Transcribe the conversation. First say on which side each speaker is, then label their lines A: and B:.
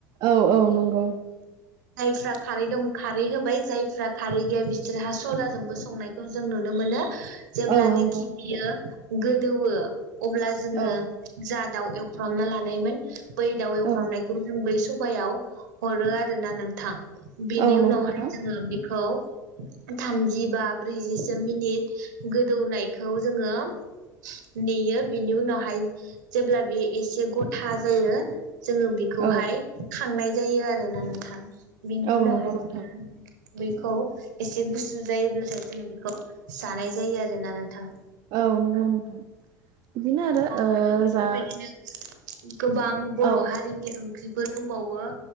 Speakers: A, on the right (about 50°); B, on the right (about 70°).
A: औ औ नंगौ।
B: जायफ्रा खारै दं खारै होबाय जायफ्रा खारै गैया बिसोरहा सदाजोंबो संनायखौ जों नुनो मोनो। जेब्लानोाखि
A: औ नंगौ
B: बियो गोदोवो अब्ला जोङो
A: औ
B: जा दाउ एवफ्रामना लानायैमोन बै दा एवफामनायखौ
A: औ
B: जों बै सुबायाव हरो आरो ना नोंथां बिनि
A: औ नंगौ
B: उनावहाय
A: नोंथां
B: जोङो खौ थामजि बा ब्रैजिसो मिनिट गोदौनायखौ जोङो नेयो बिनि उनावहाय जेब्ला बे एसे गथा जायो जोङो बिखौहाय
A: औ
B: थांनाय जायोआरो ना नोंथां बिन
A: औ
B: उनावहाय
A: नंगौ नोंथां
B: बैखौ एसे गुसु जायोब्लाथाय जोङो बेखौ जानाय जायो आरोना नोंथां
A: औ उम बिदिनो आरो
B: औ
A: ओ
B: बेफोरबायदिनो
A: जा
B: <inaudible> गोबां बर'
A: औ
B: हारिनि ओं ख्रिफोर दंबावो